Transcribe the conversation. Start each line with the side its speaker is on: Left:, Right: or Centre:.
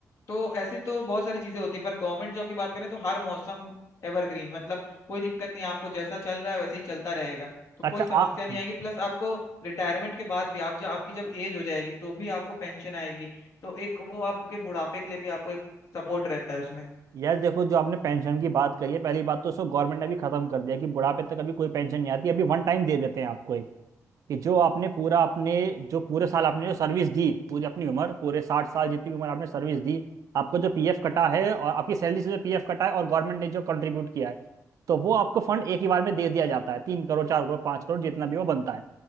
Left: तो ऐसी तो बहुत सारी चीजें होती है पर गवर्नमेंट जॉब की बात करें तो हर मौसम एवरग्रीन मतलब कोई दिक्कत नहीं आपको जैसा चल रहा है वैसे ही चलता रहेगा तो कोई
Right: अच्छा
Left: समस्या
Right: आप
Left: नहीं आएगी प्लस आपको रिटायरमेंट के बाद भी आप जब आपकी जब एज हो जाएगी तो भी आपको पेंशन आएगी तो एक वो आपके बुढ़ापे के लिए भी आपको एक सपोर्ट रहता है उसमें
Right: यार देखो जो आपने पेंशन की बात करी है पहली बात तो उसको गवर्नमेंट ने भी खत्म कर दिया कि बुढ़ापे तक अभी कोई पेंशन नहीं आती अभी वन टाइम दे देते हैं आपको एक कि जो आपने पूरा अपने जो पूरे साल आपने जो सर्विस दी पूरी अपनी उम्र पूरे साठ साल जितनी भी उम्र आपने सर्विस दी आपको जो पीएफ कटा है और आपकी सैलरी से जो पीएफ कटा है और गवर्नमेंट ने जो कंट्रीब्यूट किया है तो वो आपको फंड एक ही बार में दे दिया जाता है तीन करोड़ चार करोड़ पाँच करोड़ जितना भी वो बनता है